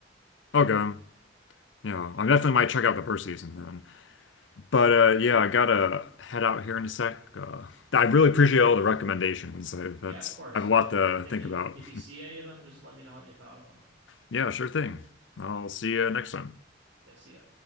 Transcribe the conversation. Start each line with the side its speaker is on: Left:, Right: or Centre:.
Left: okay. Yeah, I definitely might check out the first season then. But uh yeah,
Right: Yeah,
Left: I gotta head out here in a sec. Uh, I really appreciate all the recommendations. I,
Right: yeah,
Left: that's
Right: of course.
Left: I have
Right: Uh,
Left: a lot to
Right: if
Left: think
Right: you
Left: about.
Right: if you see any of them, just let me know what you thought of them.
Left: Yeah, sure thing. I'll see you next time.
Right: Yeah, see ya.